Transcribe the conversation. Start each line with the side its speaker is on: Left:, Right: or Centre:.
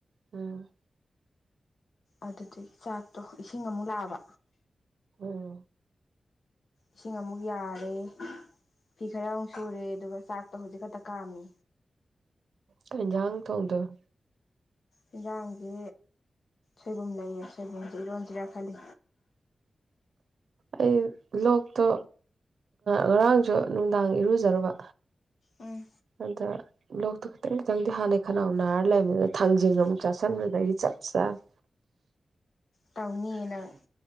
Right: ꯎꯝ
Left: ꯑꯗꯨꯗꯨꯒꯤ ꯆꯥꯛꯇꯣ ꯏꯁꯤꯡ ꯑꯃꯨꯛ ꯂꯥꯛꯑꯕ
Right: ꯎꯝ
Left: ꯏꯁꯤꯡ ꯑꯃꯨꯛ ꯌꯥꯔꯦ ꯐꯤ ꯈꯔ ꯑꯃꯨꯛ ꯁꯨꯔꯦ ꯑꯗꯨꯒ ꯆꯥꯛꯇꯣ ꯍꯧꯖꯤꯛ ꯈꯛꯇ ꯀꯥꯝꯃꯤ
Right: ꯀꯩ ꯏꯟꯁꯖꯥꯡ ꯊꯣꯡꯗꯣꯏꯕ
Left: ꯍꯤꯟꯖꯥꯡꯗꯤ ꯁꯣꯏꯕꯨꯝ ꯂꯩꯌꯦ ꯁꯣꯏꯕꯨꯝꯖꯦ ꯏꯔꯣꯟꯁꯤꯔ ꯈꯜꯂꯤ
Right: ꯑꯩ ꯂꯣꯛꯇꯣ ꯉꯔꯥꯡꯖꯨ ꯅꯨꯡꯗꯥꯡ ꯏꯔꯨꯖꯔꯨꯕ
Left: ꯎꯝ
Right: ꯑꯗ ꯂꯣꯛꯇꯣ ꯈꯤꯇꯪ ꯈꯤꯇꯪꯗꯤ ꯍꯥꯟꯅꯩ ꯈꯅꯥꯎ ꯅꯥꯔ ꯂꯩꯕꯗꯨꯗ ꯊꯥꯡꯖꯤꯡ ꯑꯃꯨꯛ ꯆꯥꯁꯟꯕꯗꯩꯗꯤ ꯆꯞ ꯆꯥ <inaudible>
Left: ꯇꯧꯅꯤꯌꯦ ꯅꯪ